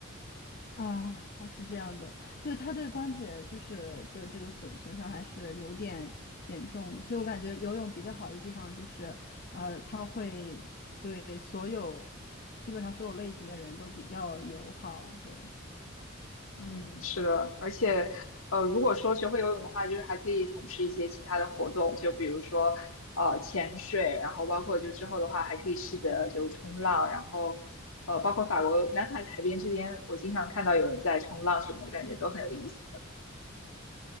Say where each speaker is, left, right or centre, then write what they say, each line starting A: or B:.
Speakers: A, on the left (about 45°); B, on the left (about 75°).
A: 哦，是这样的，对，他对关节就是的这个损损伤还是有点严重的，所以我感觉游泳比较好的一个地方就是，呃，它会对所有基本上所有类型的人都比较友好，对，
B: 嗯，是的，而且，呃，如果说学会游泳的话，就是还可以从事一些其他的活动，就比如说，呃，潜水，然后包括就之后的话，还可以试着就冲浪，然后，呃，包括法国南海海边这边，我经常看到有人在冲浪什么，我感觉都很有意思的。